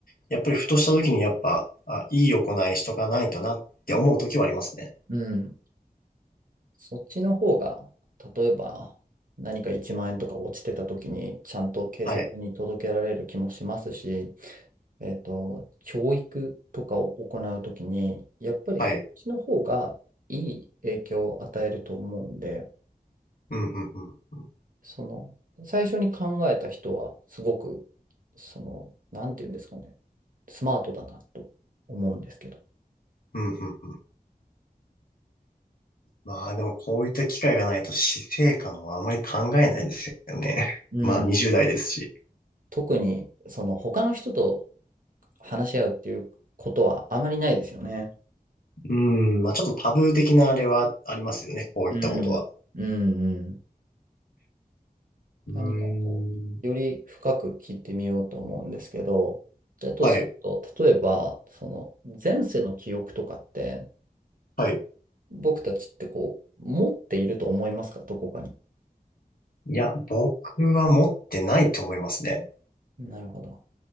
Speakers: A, on the left (about 65°); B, on the right (about 60°).
A: やっぱりふとした時にやっぱ、あ、いい行いしとかないとなって思う時はありますね。
B: うん。そっちの方が、例えば何か1万円とか落ちてた時に、ちゃんと警察に届けられる気もしますし、
A: はい。
B: えっと、教育とかを行うときに、やっぱりそっちの方がいい影響を与えると思うんで、
A: はい。うん、うん、うん。
B: その、最初に考えた人は、すごく、その、なんていうんですかね、スマートだなと思うんですけど。
A: うん、うん、うん。まあでもこういった機会がないと死生観はあまり考えないですよね。<laughs>
B: うん。
A: まだ20代ですし。
B: 特に、その、他の人と話し合うっていうことはあまりないですよね。
A: うん、まあちょっとタブー的なあれはありますよね。こういったことは。
B: うん、うん、うん。
A: うーん。
B: 何かこう、より深く聞いてみようと思うんですけど、だとすると、
A: はい。
B: 例えば、その前世の記憶とかって、
A: はい。
B: 僕たちってこう、持っていると思いますかどこかに。
A: いや、僕は持ってないと思いますね。
B: なるほど。